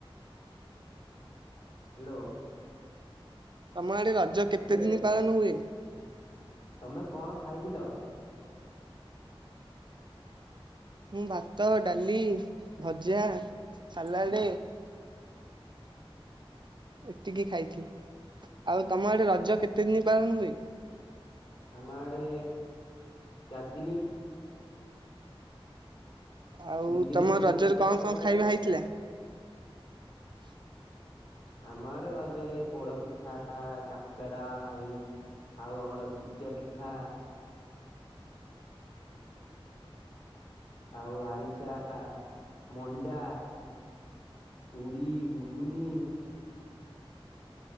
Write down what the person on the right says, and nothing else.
ତମ ଆଡେ ରଜ
କେତେ ଦିନି ପାଳନ ହୁଏ?
ମୁଁ ଭାତ, ଡାଲି, ଭଜା, ସାଲାଡେ। ଏତିକି ଖାଇଥିଲି ଆଉ ତମ ଆଡେ ରଜ କେତେ ଦିନି ପାଳନ ହୁଏ?
ଆଉ
ତମ ରଜରେ
କଣ
କଣ
ଖାଇବା ହେଇଥିଲା? <inaudible>